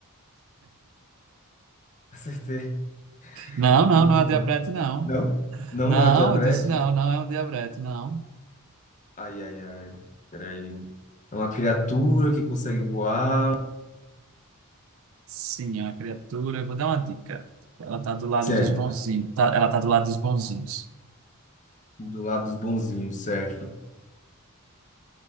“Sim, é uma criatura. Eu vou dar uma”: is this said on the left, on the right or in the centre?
Right